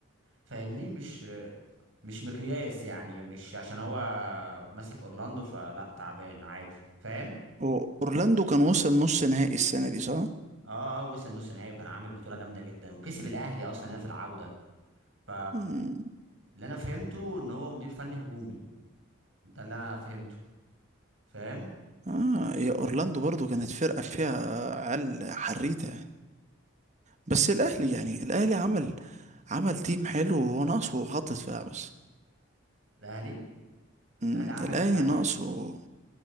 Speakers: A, on the right; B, on the right.
A: فاهمني مش مش مقياس يعني مش عشان هو ماسك اورلاندو فلا تعبان عادي فاهم
B: هو أورلاندو كان وصل نص نهائي السنة دي صح؟
A: اه اه وصل نص نهائي وكان عامل بطوله جامده جدا وكسب الاهلي اصلا هنا في العوده ف
B: مم.
A: اللي انا فهمته ان هو مدير فني هجومي ده اللي انا فهمته فاهم
B: آه يا أورلاندو برضه كانت فرقة فيها عيال حريتة يعني. بس الاهلي يعني الاهلي عمل عمل تيم حلو وهو ناقصه خط دفاع بس
A: الاهلي
B: مم،
A: الاهلي عامل
B: الاهلي
A: الاهلي
B: ناقصه